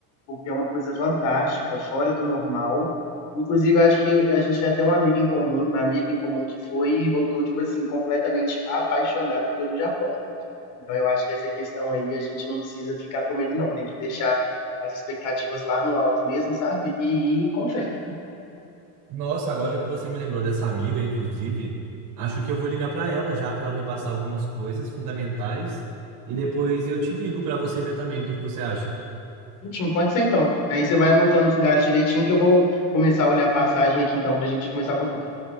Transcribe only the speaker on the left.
porque é uma coisa fantástica, fora do normal. Inclusive, eu acho que eu- a gente tem até uma amiga em comum, uma amiga em comum que foi e voltou, tipo assim, completamente apaixonada pelo Japão. Então eu acho que essa questão aí a gente não precisa ficar com medo, não. Tem que deixar as expectativas lá no alto mesmo, sabe? E ir com fé.
Ótimo, pode ser então. Aí você vai anotando os lugares direitinho que eu vou começar a olhar a passagem aqui então pra gente começar a comprar.